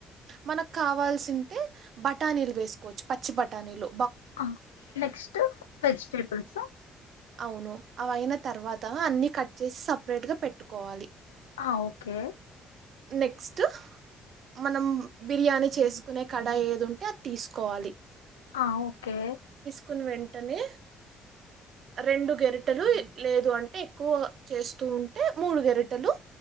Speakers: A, on the right; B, on the left.
A: మనకు కావాల్సి తే బటానీలు వేసుకోవచ్చు పచ్చి బటానీలు.
B: ఆ నెక్స్ట్ వెజిటేబల్స్.
A: అవును. అవయిన తర్వాత అన్ని కట్. చేసి సపరేట్ గా పెట్టుకోవాలి.
B: ఆ ఓకే.
A: నెక్స్ట్ మనం బిర్యానీ చేస్. కునే కడాయి ఏది ఉంటే అది తీసుకోవాలి.
B: ఆ ఓకే.
A: కుని వెంటనే. రెండు గెరిటెలు లేదు అంటే ఎక్కువ చేస్తూ ఉంటే మూడు గెరిటెలు.